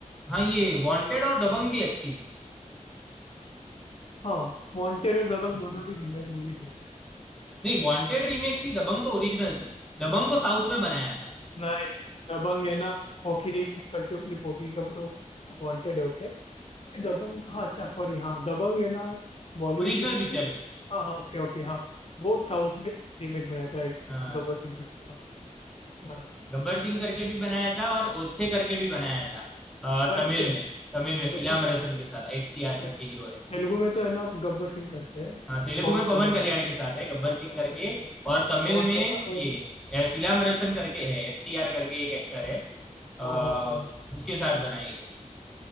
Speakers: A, in the centre; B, on the left.
A: हाँ ये वांटेड और दबंग भी अच्छी थी
B: हाँ वांटेड और दबंग दोनों भी रीमेक मूवी थी है ना।
A: नहीं वांटेड रीमेक थी दबंग तो ओरिजिनल थी दबंग को साउथ में बनाया था
B: नहीं दबंग है ना पोकिरी करके नहीं पोकिरी का वो तो वांटेड है okay। नहीं, दबंग हाँ अच्छा सॉरी हाँ दबंग है ना बॉलीवुड
A: ओरिजिनल
B: की मूवी
A: पिक्चर
B: थी
A: थी
B: हाँ हाँ ओके ओके हाँ वो साउथ में रीमेक बनाया था राइट
A: हाँ
B: गब्बर
A: हाँ।
B: सिंह करके हाँ याद आया।
A: गब्बर सिंह करके भी बनाया था और ओस्टे करके भी बनाया था अ,
B: पता
A: तमिल
B: नहीं ते,
A: में तमिल में
B: तेलुगु
A: सीलामरसन के साथ एस टी आर
B: ते,
A: करके हीरो
B: तेलुगु में तो है ना गब्बर सिंह करके है
A: हाँ तेलुगु
B: पवन
A: में पवन
B: कल्याण
A: कल्याण
B: कर
A: के साथ है गब्बर
B: हाँ
A: सिंह
B: पवन
A: करके
B: कल्याण कर
A: और तमिल
B: पवन
A: में ये
B: कल्याण और
A: अ, सिलाम्बरसन करके है एस टी आर करके एक एक्टर है अ,
B: हाँ हाँ हाँ
A: उसके साथ बनाई है